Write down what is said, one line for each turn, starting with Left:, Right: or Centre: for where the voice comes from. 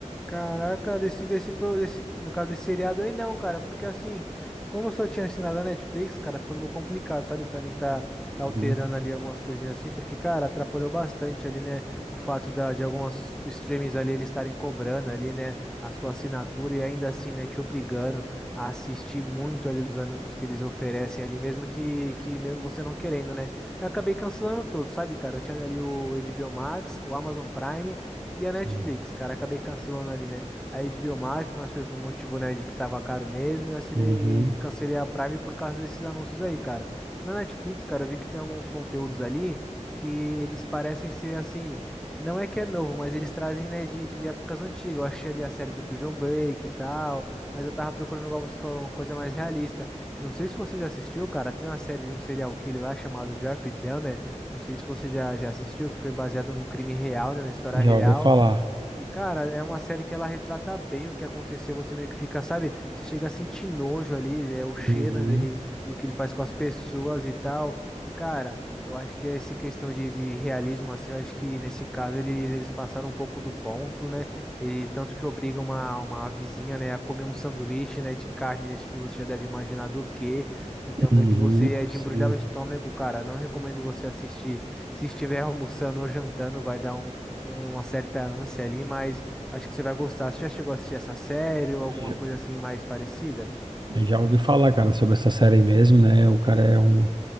Centre: Caraca, desse, desse, pro- desse, no caso desse seriado aí não, cara, porque assim, como eu só tinha assinado a Netflix, cara, ficou meio complicado, sabe, pra mim tá, tá
Right: Uhum,
Centre: alterando ali algumas coisinhas assim, porque, cara, atrapalhou bastante ali, né, o fato da, de algumas streamings ali eles estarem cobrando ali, né, a sua assinatura e ainda assim, né, te obrigando a assistir muito ali dos anúncios que eles oferecem ali, mesmo que, que mesmo você não querendo, né. Eu acabei cancelando tudo, sabe, cara, eu tinha ali o HBO Max, o Amazon Prime, e a Netflix,
Right: sim.
Centre: cara, acabei cancelando ali, né? A HBO Max, mas foi por um motivo, né, de que tava caro mesmo. E assinei
Right: Uhum,
Centre: e cancelei a Prime por causa desses anúncios aí, cara. Na Netflix, cara, eu vi que tem alguns conteúdos ali que eles parecem ser assim. Não é que é novo, mas eles trazem, né, de, de épocas antigas. Eu achei ali a série do Prison Break e tal. Mas eu tava procurando, igual você falou, uma coisa mais realista. Não sei se você já assistiu, cara. Tem uma série de um serial killer lá chamado Jeffrey Dahmer. Não sei se você já, já assistiu, que foi baseado num crime real, né, na história
Right: já
Centre: real.
Right: ouvi falar.
Centre: E, cara, é uma série que ela retrata bem o que aconteceu. Você meio que fica, sabe? Você chega a sentir nojo ali, é o cheiro,
Right: Uhum,
Centre: né, dele, do que ele faz com as pessoas e tal. E, cara, eu acho que essa questão de, de realismo, assim, eu acho que nesse caso eles, eles passaram um pouco do ponto, né? Eles tanto que obrigam uma, uma vizinha, né, a comer um sanduíche, né, de carne, acho que você já deve imaginar do que. Então,
Right: uhum,
Centre: meio que você é
Right: sim.
Centre: de embrulhar o estômago, cara. Não recomendo você assistir. Se estiver <laughs> almoçando ou jantando, vai dar um uma certa ânsia ali, mas acho que você vai gostar. Você já chegou a assistir essa série ou alguma
Right: Já,
Centre: coisa assim mais parecida?
Right: já ouvi falar, cara, sobre essa série mesmo, né? O cara é um.